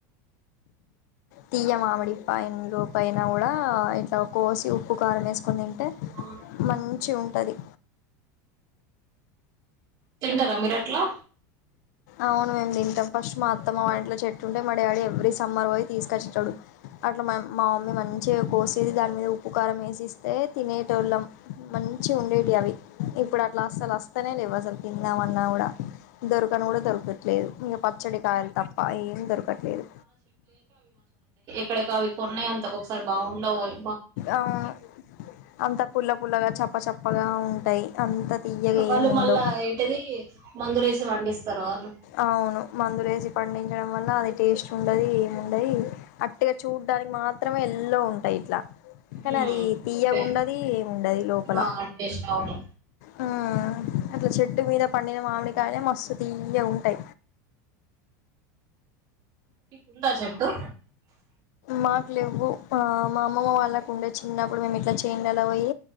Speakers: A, on the left; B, on the right.
A: తీయ మామిడిపాయిం దుపైనా కూడా ఇట్లా కోసి ఉప్పు కారం వేసి కొని తింటే
B: అవును మంచిగా
A: మంచిగుంటది
B: ఉంటాయి తింటారా మీరు అట్లా
A: అవును మేం తింటాం ఫస్ట్ మా అత్తమ్మ వాళ్ళింట్లో చెట్టు ఉండే మా డాడీ ఎవరీ సండే సమ్మర్ పోయి తీసుకొచ్చేటోడు అట్ల మ్మ మమ్మీ మంచిగా కోసేది దానిమీద ఉప్పు కారం వేసి ఇస్తే తినేటోళ్లం. మంచిగుండేటివి అవి ఇప్పుడు అట్లా అస్సలు వస్తనే లేవు అవి తిందాం అన్న కూడా దొరుకు దరకను కూడా దరుకట్ లేదు ఇక పచ్చడి కాయలు తప్ప ఏం దరకట్లేదు
B: ఇక్కడ కాయలు కొన్ని అంతగా ఒక్కొక్కసారి అంతా బాగుండవోయ్
A: అవును అంత పుల్లపు పుల్లగా చాప చెప్పగా ఉంటాయి తీయగా
B: వాళ్ళు
A: ఏమి
B: మల్ల
A: ఉండవు
B: ఏంటిది మందులేసి పండిస్తారు అవును
A: అవును మందులేసి పండించడం వల్ల అది టేస్ట్ ఉండదు ఏముండది ఉట్టిగా చూడానికి మాత్రమే ఎల్లో ఉంటాయి ఇట్లా కానీ
B: హ్మ్
A: అది తీయగుండది
B: టే
A: ఏముండదు లోపల.
B: ఆ టేస్ట్ అవును
A: ఆ అట్లా చెట్టు మీద పండిన మామిడికాయ మస్త్ తియ్యగా ఉంట ఐ
B: మీకుందా చెట్టు
A: మాకు లెవ్వు మా అమ్మమ్మ వాళ్లకు ఉండే చిన్నప్పుడు మేము ఇట్లా చెట్లు చేనులల్లా పోయి